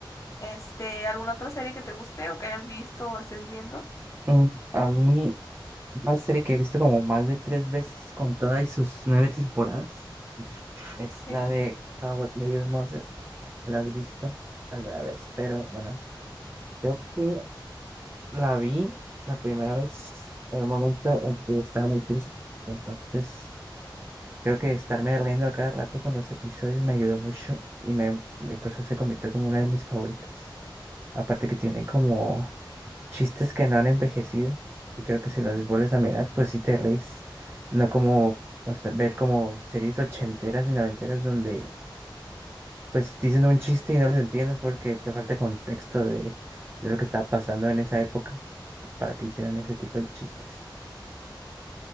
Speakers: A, on the left; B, on the right.
A: Este, ¿alguna otra serie que te guste o que hayas visto o estés viendo?
B: mm, a mí una serie que he visto como más de tres veces con todas y sus nueve temporadas es
A: Sí.
B: la de How I Met Your Mother. ¿La has visto alguna vez? Pero bueno, yo sí la vi la primera vez en un momento en que estaba muy triste. Entonces, creo que estarme riendo a cada rato con los episodios me ayudó mucho y me, me- por eso se convirtió como una de mis favoritas. Aparte que tienen como chistes que no han envejecido. Y creo que si los vuelves a mirar, pues sí te reís. No como, o sea, ver como series ochenteras y noventeras donde pues dicen un chiste y no los entiendes porque te falta contexto de, de lo que estaba pasando en esa época para que hicieran ese tipo de chistes.